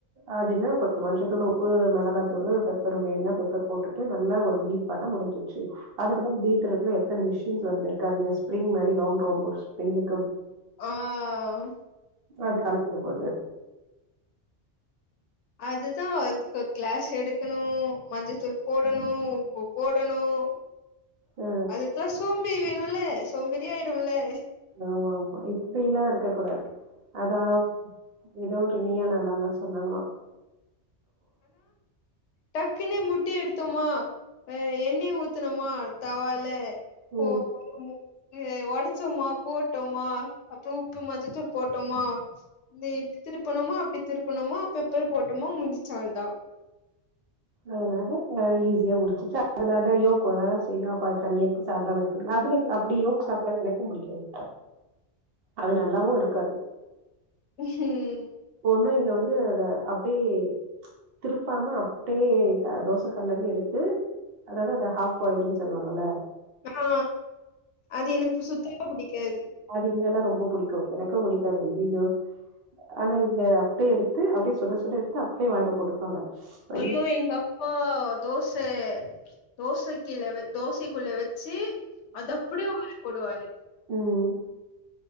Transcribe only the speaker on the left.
ஆஹ்
அது தா அதுக்கொரு கிளாஸ் எடுக்கணு மஞ்சத்தூள் போடணு உப்பு போடணும்
அதுக்கெல்லா சோ ம்பேறி வேணுல்ல சோம்பேறி ஆயிடுல்ல
டக்குன்னே முட்டைய எடுத்தோமா ஹ எண்ணெய ஊத்தனுமா தவாலு போறமு
இத ஒடச்சோமா போட்டோமா அப்புறம் உப்பு மஞ்சத்தூள் போட்டோமா நீ இப்படி திருப்பணுமா அப்படி திருப்பணுமா பெப்பர் போட்டோமா முடிஞ்ச் அவள்தா
ம்
ஆ அது எனக்கு சுத்தமா பிடிக்காது
அய்யோ எங்க அப்பா தோச தோசைக்கீழ வச் தோசைக்குள்ள வச் ச்சி அது அப்டியே வாய்ல போடுவாரு